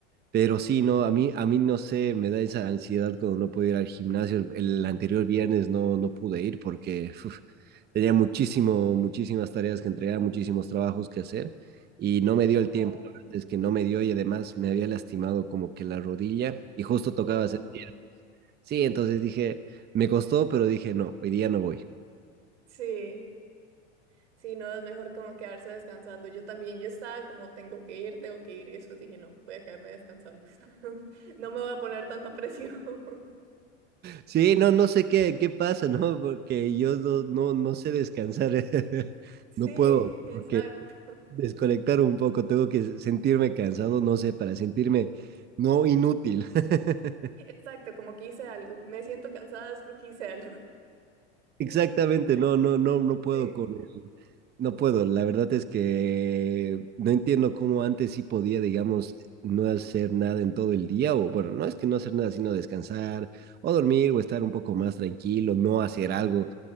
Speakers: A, on the right; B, on the right.
A: pero sí, no, a mí, a mí no sé, me da esa ansiedad cuando no puedo ir al gimnasio. El anterior viernes no, no pude ir porque uf, tenía muchísimo, muchísimas tareas que entregar, muchísimos trabajos que hacer y no me dio el
B: Ajá.
A: tiempo. Es que no me dio y además me había lastimado como que la rodilla y justo tocaba
B: Oh,
A: hacer
B: no.
A: pierna. Sí, entonces dije, me costó, pero dije, no, hoy día no voy.
B: Sí, sí, no, es mejor como quedarse descansando. Yo también, yo estaba como tengo que ir, tengo que ir, y después dije, no, voy a quedarme descansando. <laughs> No me voy a poner tanta presión. <laughs>
A: Sí, no, no sé qué, qué pasa, ¿no? Porque yo no, no, no sé descansar, <laughs>
B: Sí,
A: no puedo,
B: exacto,
A: porque desconectar un poco, tengo que sentirme cansado, no sé, para sentirme no inútil. <laughs>
B: exacto, como que hice algo. Me siento cansada es porque hice algo.
A: Exactamente, no, no, no,
B: <laughs>
A: no puedo
B: Sí,
A: con el- no puedo. La verdad es que no entiendo cómo antes sí podía, digamos, no hacer nada en todo el día, o bueno, no es que no hacer nada, sino descansar, o dormir, o estar un poco más tranquilo, no hacer algo